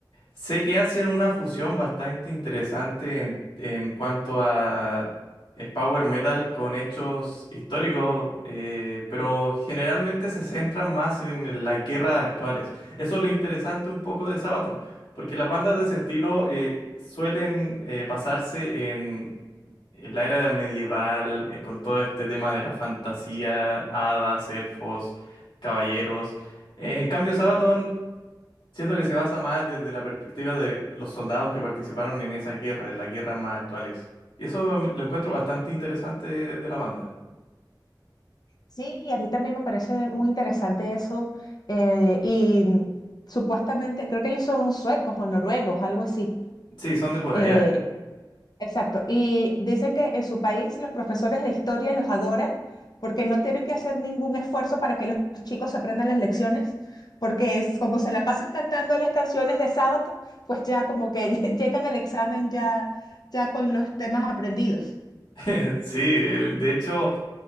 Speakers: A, on the left; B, on the left.
A: sé que hacen una fusión bastante interesante en, en cuanto a eh, power metal con hechos históricos, eh, pero generalmente se centran más en las guerras actuales. Eso es lo interesante un poco de Sabaton, porque las bandas de ese estilo eh, suelen eh, basarse eh, la era medieval, eh, con todo este tema de la fantasía, hadas, elfos, caballeros. Eh, en cambio, Sabaton siento que se basa más desde la perspectiva de los soldados que participaron en esa guerra, en las guerras más actuales. Y eso me- lo encuentro bastante interesante de la banda.
B: Sí, y a mí también me parece muy interesante eso. eh, y supuestamente, creo que ellos son suecos o noruegos, algo así.
A: Sí, son de por
B: Eh,
A: allá.
B: Exacto. Y dicen que en su país los profesores de historia los adoran porque no tienen que hacer ningún esfuerzo para que los chicos aprendan las lecciones, porque es como se la pasan cantando las canciones de sábado, pues ya como que <laughs> llegan al examen ya, ya con los temas aprendidos.
A: <laughs> Sí, eh, de hecho.